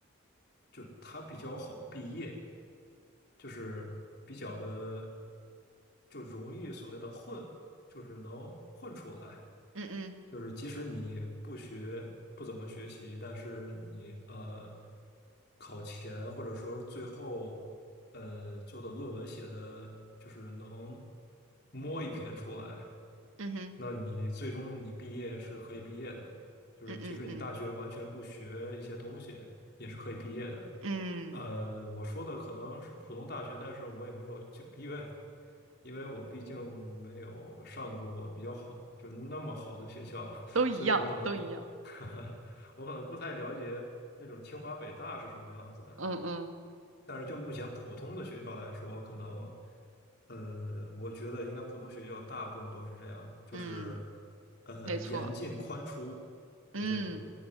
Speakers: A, on the left; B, on the right.
A: 就是它比较好毕业，就是比较的就容易所谓的混，就是能混出来。
B: 嗯嗯
A: 就是即使你不学，不怎么学习，但是你呃考前或者说最后呃做的论文写的就是能摸一篇出来，
B: 嗯哼
A: 那你最终你毕业是可以毕业的。就是即使你大学完全不学一些东西，
B: 嗯嗯嗯
A: 也是可以毕业的。
B: 嗯，
A: 呃，我说的可能是普通大学，但是我也没有就因为因为我毕竟没有上过比较好，就是那么好的学校啊，
B: 都一样，
A: <laughs> 所以我可能不，
B: 都一样。
A: <laughs> 我可能不太了解那种清华北大是什么样子的。
B: 嗯嗯
A: 但是就目前普通的学校来说，可能，呃，我觉得应该普通学校大部分都是这样的，就是，
B: 嗯，
A: 呃，
B: 没错。
A: 严进宽出的这种，
B: 嗯，